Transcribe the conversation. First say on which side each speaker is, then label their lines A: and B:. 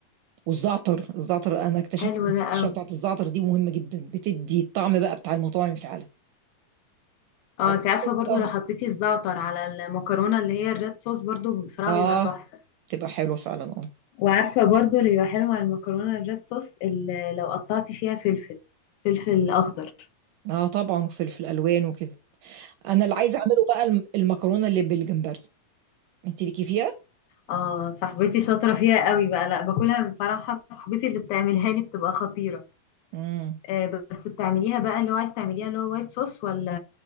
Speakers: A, on the right; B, on the left.
A: والزعتر الزعتر انا اكتشفت
B: حلو
A: ان
B: ده
A: الرشه
B: قوي
A: بتاعت الزعتر دي مهمه جدا بتدي الطعم بقى بتاع المطاعم فعلا
B: اه
A: اهم
B: انت عارفة
A: حاجه
B: برضو
A: اه
B: لو حطيتي الزعتر على المكرونة اللي هي الريد صوص برضو بصراحة
A: اه
B: بيبقى تحفة
A: تبقى حلوه فعلا اه
B: وعارفة برضو اللي بيبقى حلو على المكرونة الريد صوص اللي لو قطعتي فيها فلفل فلفل اخضر
A: اه طبعا وفلفل الوان وكده انا اللي عايزه اعمله بقى الم- المكرونه اللي بالجمبري انت ليكي فيها
B: اه صاحبتي شاطرة فيها قوي بقى لا باكلها بصراحة صاحبتي اللي بتعملها لي بتبقى خطيرة
A: امم
B: آه بس بتعمليها بقى اللي هو عايز تعمليها اللي هو وايت صوص ولا